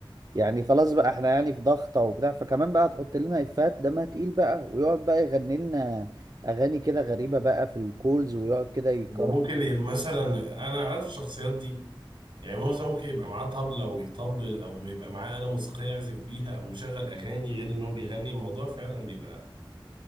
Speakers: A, on the right; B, on the right.
A: يعني خلاص بقى احنا يعني في ضغطة وبتاع فكمان بقى تحط لنا افات دمها تقيل بقى ويقعد بقى يغني لنا اغاني كده غريبة بقى في الكولز ويقعد كده يكرر
B: ممكن مثلا انا عارف الشخصيات دي يعني موزة ممكن يبقى معاه طبلة ويطبل او يبقى معاه آلة موسيقية يعزف بيها او مشغل اغاني غير ان هو بيغني الموضوع فعلا بيبقى